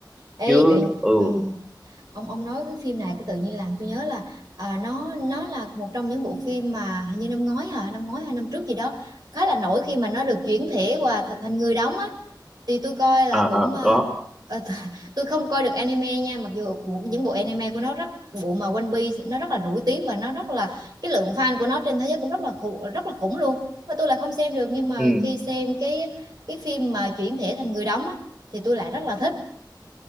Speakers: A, on the right (about 60°); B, in the centre.
A: Ê,
B: chứ
A: tự...
B: ừ
A: ừ. ông ông nói cái phim này cái tự nhiên làm tôi nhớ là à, nó nó là một trong những bộ phim mà hình như năm ngoái hả năm ngoái hay năm trước gì đó khá là nổi khi mà nó được chuyển thể qua th thành người đóng á thì tôi coi là
B: à,
A: cũng
B: à,
A: à,
B: có
A: à, <laughs> tôi không coi được anime nha mặc dù bộ, những bộ anime của nó rất bộ mà One Piece nó rất là nổi tiếng và nó rất là cái lượng fan của nó trên thế giới cũng rất là khủng, rất là khủng luôn mà tôi là không xem được nhưng mà
B: ừ,
A: khi xem cái cái phim mà chuyển thể thành người đóng á thì tôi lại rất là thích